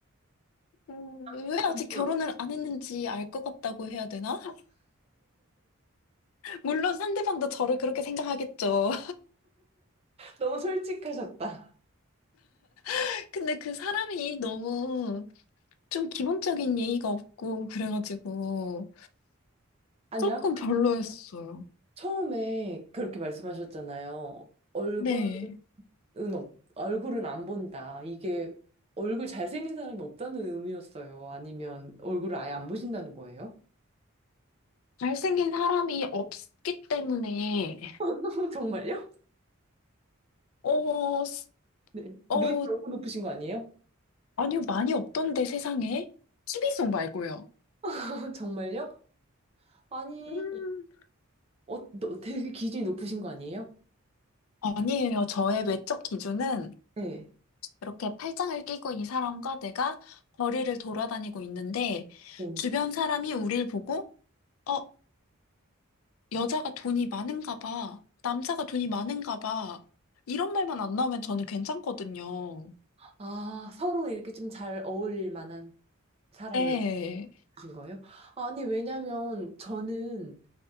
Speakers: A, on the left; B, on the right.
A: 음,
B: 부담스러워.
A: 왜 아직 결혼을 안 했는지 알 것 같다고 해야 되나? <laughs> 물론 상대방도 저를 그렇게 생각하겠죠.
B: 너무 솔직하셨다.
A: <laughs> 근데 그 사람이 너무 좀 기본적인 예의가 없고 그래가지고
B: 아니,
A: 조금
B: 아
A: 별로였어요.
B: 처음에 그렇게 말씀하셨잖아요. 얼굴은,
A: 네.
B: 없, 얼굴은 안 본다. 이게 얼굴 잘생긴 사람이 없다는 의미였어요. 아니면 얼굴을 아예 안 보신다는 거예요?
A: 잘생긴 사람이 없기 때문에
B: <laughs> 정말요?
A: 어, 스-
B: 네.
A: 어,
B: 눈이 너무 높으신 거 아니에요?
A: 아니요, 많이 없던데 세상에. t 비송 말고요.
B: <laughs> 정말요? 아니,
A: 음,
B: 어, 너 되게 기준이 높으신 거 아니에요?
A: 아니에요. 저의 외적 기준은
B: 네.
A: 이렇게 팔짱을 끼고 이 사람과 내가 거리를 돌아다니고 있는데
B: 네.
A: 주변 사람이 우릴 보고 어, 여자가 돈이 많은가 봐. 남자가 돈이 많은가 봐. 이런 말만 안 나오면 저는 괜찮거든요.
B: 아, 서로 이렇게 좀 잘 어울릴 만한 사람을
A: 네.
B: 보신 거예요? 아니, 왜냐면 저는